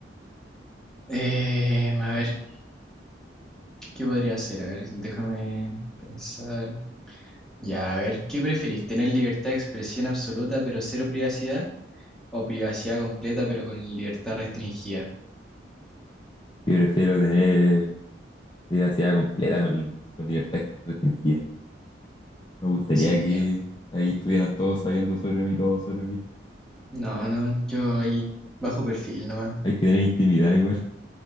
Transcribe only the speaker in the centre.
Eh, a ver, ¿qué podría hacer? A ver, déjame pensar. Ya, a ver, ¿qué preferís? ¿Tener libertad de expresión absoluta pero cero privacidad? ¿O privacidad completa pero con libertad restringida?
Sí,
ya.
No, no, yo ahí bajo perfil nomás,